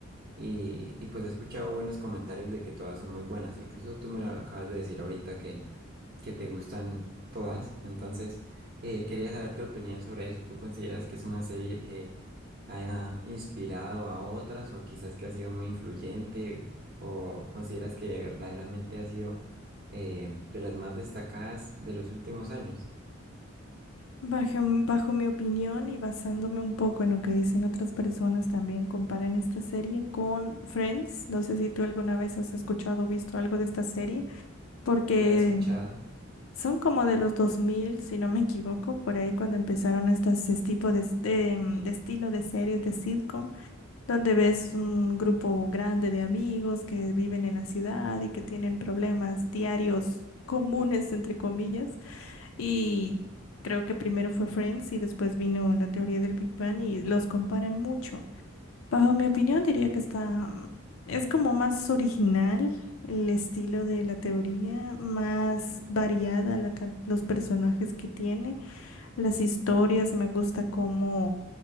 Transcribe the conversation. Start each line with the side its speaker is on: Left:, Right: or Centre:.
Right: y, y pues he escuchado buenos comentarios de que todas son muy buenas. Incluso tú me lo acabas de decir ahorita que que te gustan todas. Entonces, eh, quería saber tu opinión sobre eso. ¿Tú consideras que es una serie que haya inspirado a otras o quizás que ha sido muy influyente o consideras que verdaderamente ha sido eh, de las más destacadas de los últimos años?
Left: bajo, bajo mi opinión y basándome un poco en lo que dicen otras personas también, comparan esta serie con Friends. No sé si tú alguna vez has escuchado o visto algo de esta serie, porque
Right: La he escuchado.
Left: Son como de los 2000, si no me equivoco, por ahí cuando empezaron estas, este tipo de, s- de, mm, de estilo de series de sitcom, donde ves un grupo grande de amigos que viven en la ciudad y que tienen problemas diarios comunes, entre comillas. Y creo que primero fue Friends y después vino la teoría del Big Bang y los comparan mucho. Bajo mi opinión, diría que está, mm, es como más original el estilo de la teoría, más variada la can- los personajes que tiene, las historias, me gusta cómo